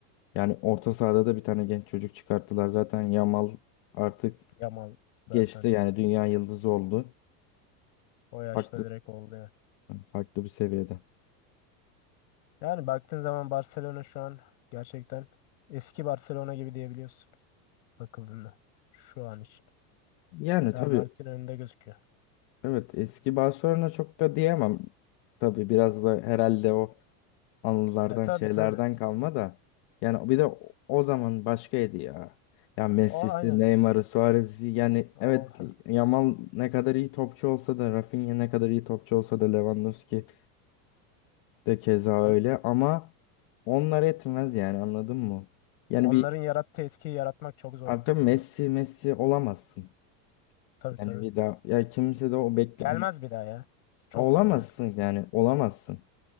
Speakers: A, on the left (about 50°); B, on the left (about 85°).
A: Yani orta sahada da bir tane genç çocuk çıkarttılar. Zaten Yamal artık
B: Yamal zaten
A: geçti yani dünya yıldızı oldu.
B: o yaşta
A: Farklı
B: direkt oldu yani.
A: farklı bir seviyede.
B: Yani baktığın zaman Barcelona şu an gerçekten eski Barcelona gibi diyebiliyorsun bakıldığında. Şu an için.
A: Yani
B: Real
A: tabii
B: Madrid'in önünde gözüküyor.
A: evet eski Barcelona çok da diyemem. Tabii biraz da herhalde o anılardan
B: E tabii
A: şeylerden
B: tabii.
A: kalma da. Yani bir de o o zaman başkaydı ya. Ya Messi'si,
B: O aynen.
A: Neymar'ı, Suarez'i yani
B: O
A: evet
B: <laughs>
A: Yamal ne kadar iyi topçu olsa da Rafinha ne kadar iyi topçu olsa da Lewandowski de keza
B: on-
A: öyle ama onlar etmez yani anladın mı? Yani
B: onların
A: bir
B: yarattığı etkiyi yaratmak çok zor
A: artık
B: ya.
A: Messi Messi olamazsın.
B: Tabii
A: Yani
B: tabii.
A: bir daha ya kimse de o bekle
B: Gelmez
A: hani
B: bir daha ya. Çok
A: olamazsın
B: zor yani.
A: yani olamazsın.